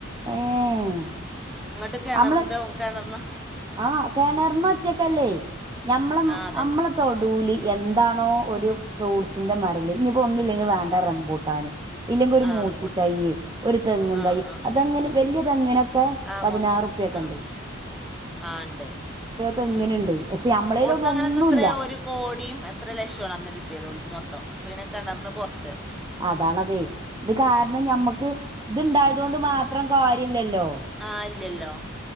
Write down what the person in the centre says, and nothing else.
ഇങ്ങട്ട് കെണർ
െന്റാം കെണർന്
ആഹ് അതന്നെ
ആഹ്
റംബുട്ടാന്
ആഹ്
ആഹ്
ആഹ്
മൊത്തം ആഹ്
ആഹ് ഇണ്ട്
ഉം ഉം
ഓൾക്ക് അങ്ങനെന്ന്
എത്ര ഒരു കോടിയും എത്ര ലക്ഷോം ആണ് അന്ന് കിട്ട് ട്ടേത് ഓൽക്ക് മൊത്തം പിന്നെ കെണർന് പാെർത്ത്
ആഹ് ഇല്ലല്ലോ